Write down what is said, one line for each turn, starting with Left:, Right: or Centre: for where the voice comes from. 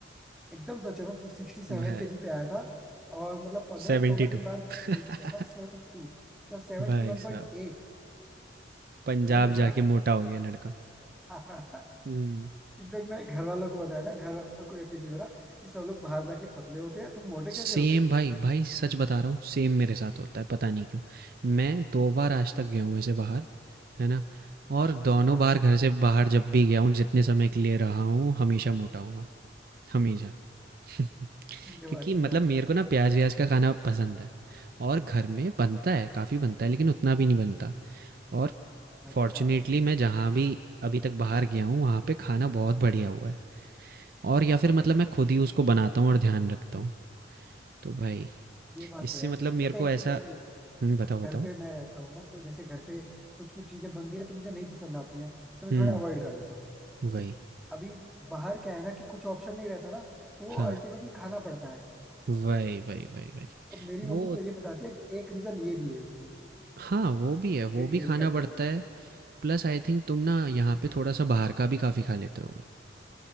Centre: एकदम सच है मैं सिक्सटी सेवन
Right: भाई
Centre: के जी पे आया था और मतलब पंद्रह
Right: 72
Centre: सोलह दिन बाद मैंने
Right: <laughs>
Centre: ब्रेक किया था सेवेंटी टू मतलब सेवेंटी
Right: भाई
Centre: वन पॉइंट
Right: साहब।
Centre: एट
Right: पंजाब
Centre: मैं भी शौक
Right: जाके
Centre: हो
Right: मोटा हो गया लड़का
Centre: गया <laughs>
Right: हम्म
Centre: इनफैक्ट मैंने घर वालों को बताया ना घर वालों को यकीन नहीं हो रहा कि सब लोग बाहर जाके पतले होते हैं तुम मोटे कैसे
Right: सेम
Centre: हो गए
Right: भाई भाई सच बता रहा हूँ सेम मेरे साथ होता है पता नहीं क्यों मैं दो बार आज तक गया हूँ ऐसे बाहर है ना और दोनों
Centre: हाँ
Right: बार घर से बाहर जब भी गया हूँ जितने समय के लिए रहा हूँ हमेशा मोटा हुआ हमेशा <laughs>
Centre: ये
Right: क्योंकि
Centre: बात तो यार
Right: मतलब मेरे को ना प्याज व्याज का खाना पसंद है और घर में बनता है काफ़ी बनता है लेकिन उतना भी नहीं बनता और
Centre: अच्छा
Right: फॉर्चुनेटली मैं जहाँ भी अभी तक बाहर गया हूँ वहाँ पे खाना बहुत बढ़िया हुआ है और या फिर मतलब मैं खुद ही उसको बनाता हूँ और ध्यान रखता हूँ तो भाई
Centre: ये बात
Right: इससे
Centre: तो यार
Right: मतलब मेरे
Centre: अच्छा एक
Right: को ऐसा
Centre: चीज और ये,
Right: हुँ, बताओ बताओ
Centre: घर पे मैं रहता हूँ ना तो जैसे घर पे कुछ कुछ चीजें बनती है तो मुझे नहीं पसंद आती हैं तो मैं
Right: हुँ,
Centre: थोड़ा अवॉइड कर देता हूँ
Right: वही
Centre: अभी बाहर क्या है ना कि कुछ ऑप्शन नहीं रहता ना तो वो
Right: हाँ
Centre: अल्टीमेटली खाना पड़ता है
Right: वही वही वही वही
Centre: तो मेरी मम्मी
Right: वो
Centre: तो ये बताती है कि एक रीजन ये भी है उसमें
Right: हाँ वो भी है वो
Centre: वेट
Right: भी
Centre: गेन
Right: खाना
Centre: करने
Right: पड़ता
Centre: के पीछे
Right: है प्लस आई थिंक तुम ना यहाँ पे थोड़ा सा बाहर का भी काफी खा लेते होगे